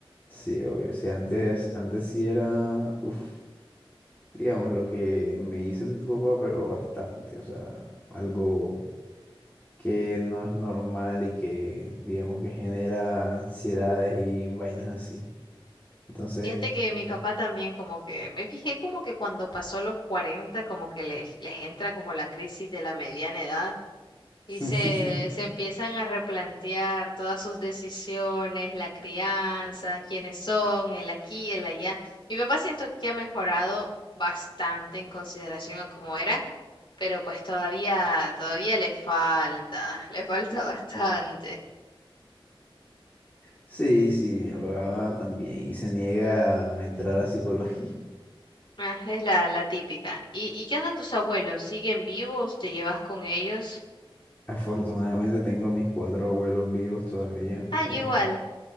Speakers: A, on the left (about 20°); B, on the left (about 55°).
A: sí, obvio, sí, antes, antes sí era, uff, digamos, lo que me hice de tu papá, pero bastante, o sea, algo que no es normal y que digamos que genera ansiedades y vainas así. Entonces,
B: Fíjate que
A: mm.
B: mi papá también como que, me fijé como que cuando pasó los 40 como que les, les entra como la crisis de la mediana edad y
A: <laughs>
B: se, se empiezan a replantear todas sus decisiones, la crianza, quiénes son, el aquí, el allá. Mi papá siento que ha mejorado bastante en consideración a cómo era, pero pues todavía, todavía le falta, le falta <laughs> bastante.
A: sí, sí, mi papá también y se niega a entrar a psicología.
B: Ah, es la, la típica. ¿Y, y qué onda tus abuelos? ¿Siguen vivos? ¿Te llevas con ellos?
A: <laughs> Afortunadamente tengo a mis cuatro abuelos vivos todavía.
B: Ah, yo
A: eh,
B: igual.